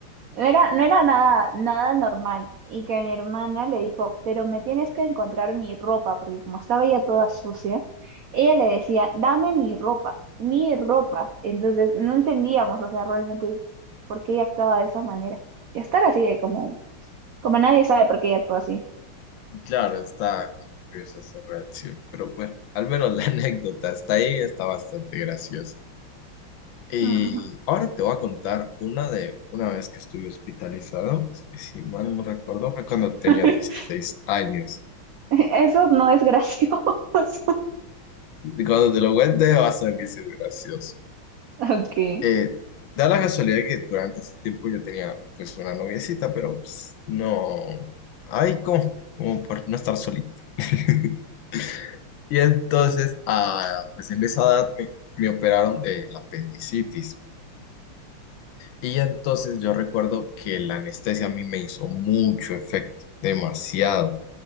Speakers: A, on the right; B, on the left.
A: no era, no era nada, nada normal. Y que mi hermana le dijo, pero me tienes que encontrar mi ropa, porque como estaba ya toda sucia, ella le decía, dame mi ropa, mi ropa. Entonces no entendíamos, o sea, realmente por qué ella actuaba de esa manera. Y estar así de como, como nadie sabe por qué ella actúa así.
B: Claro, está como curiosa esa reacción, pero bueno, al menos la <laughs> anécdota está ahí, está bastante graciosa. Y
A: Ujú.
B: ahora te voy a contar una de una vez que estuve hospitalizado, que si mal no recuerdo fue cuando tenía
A: <laughs>
B: 16 años.
A: Eso no es gracioso. <laughs>
B: Cuando te lo cuente vas a ver que sí es gracioso.
A: Ok.
B: Eh, da la casualidad que durante ese tiempo yo tenía pues una noviecita, pero pues, no, ay, ¿cómo? Como por no estar solito. <laughs> Y entonces, ah, pues en esa edad me, me operaron de la apendicitis. Y entonces yo recuerdo que la anestesia a mí me hizo mucho efecto, demasiado.